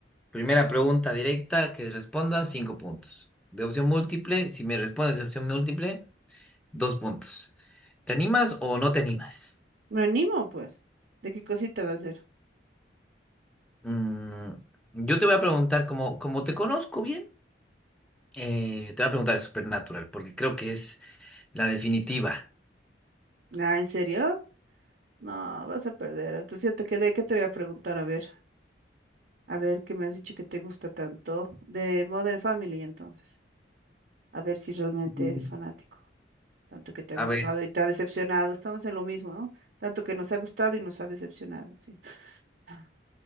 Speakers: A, in the centre; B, on the right.
A: Primera pregunta directa que responda, cinco puntos. De opción múltiple, si me respondes de opción múltiple. Dos puntos. ¿Te animas o no te animas?
B: Me animo, pues. ¿De qué cosita va a ser?
A: Mm, yo te voy a preguntar, como, como te conozco bien, eh, te voy a preguntar de Supernatural, porque creo que es la definitiva.
B: Ah, ¿en serio? No, vas a perder. Entonces yo te quedé, ¿qué te voy a preguntar? A ver, a ver, ¿qué me has dicho que te gusta tanto? De Modern Family, entonces. A ver si realmente
A: Mm.
B: eres fanático. Tanto que te ha
A: A
B: gustado
A: ver,
B: y te ha decepcionado. Estamos en lo mismo, ¿no? Tanto que nos ha gustado y nos ha decepcionado, sí. <sniffs>